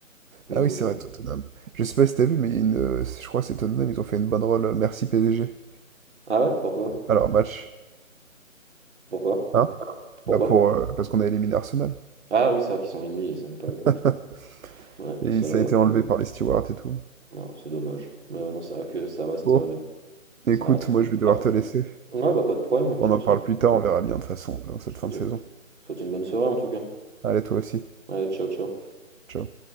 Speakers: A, on the right; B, on the right.
A: Mais
B: Ah
A: Écoute,
B: oui, c'est
A: on-
B: vrai, Tottenham. Je sais pas si t'as vu, mais il y a une, euh, je crois que c'est Tottenham, ils ont fait une banderole euh, Merci PSG.
A: Ah ouais, pourquoi?
B: Alors, match.
A: Pourquoi?
B: Hein?
A: Pourquoi?
B: Bah pour, euh, parce qu'on a éliminé Arsenal.
A: Ah oui, c'est vrai qu'ils sont ennemis, ils aiment pas le.
B: <laughs>
A: Ouais,
B: Et
A: ça
B: ça
A: là,
B: a été enlevé par les stewards et tout.
A: ouais, c'est dommage. Mais euh, non, c'est vrai que ça reste,
B: Bon,
A: euh,
B: écoute,
A: ça reste.
B: moi je vais
A: Ouais,
B: devoir te laisser.
A: ouais, bah pas de problème,
B: On
A: je
B: en
A: te souhaite,
B: parle plus tard, on verra bien de toute façon dans cette fin
A: je te
B: de
A: souhaite
B: saison.
A: une souhaite une bonne soirée en tout cas.
B: Allez, toi aussi.
A: Ouais, ciao, ciao.
B: Ciao.